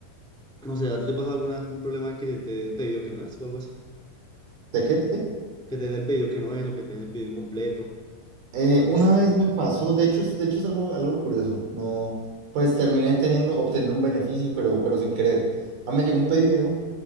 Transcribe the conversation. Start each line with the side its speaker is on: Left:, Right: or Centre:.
Centre: no sé, ¿a ti te pasa alguna vez algún problema que te, te den pedido que no es o algo así?
Right: ¿de qué? ¿De qué?
Centre: que te den el pedido que no es o que te den el pedido incompleto.
Right: Eh,
Centre: ¿Cuál
Right: una
Centre: de este
Right: vez
Centre: estilo?
Right: me pasó, de hecho, es- de hecho es algo, algo curioso, no, pues terminé teniendo, obteniendo un beneficio, pero, pero sin querer. A mí me llegó un pedido